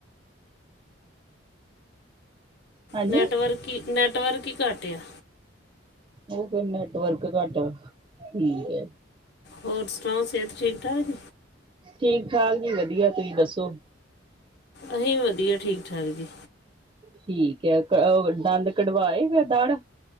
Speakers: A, on the right; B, on the left.
A: ਹਾਂਜੀ
B: ਨੈੱਟਵਰਕ ਈ ਨੈੱਟਵਰਕ ਕੀ ਘੱਟ ਆ
A: ਉਹ ਫਿਰ ਨੈਟਵਰਕ ਘੱਟ ਆ ਠੀਕ ਏ
B: ਹੋਰ ਸੁਨਾਓ ਸਿਹਤ ਠੀਕ-ਠਾਕ
A: ਠੀਕ-ਠਾਕ ਜੀ ਵਦੀਆ ਤੁਹੀਂ ਦੱਸੋ
B: ਅਹੀ ਵੀ ਵਦੀਆ ਠੀਕ-ਠਾਕ ਜੀ
A: ਠੀਕ ਐ ਕ ਉ ਦੰਦ ਕਢਵਾ ਆਏ ਦਾੜਾ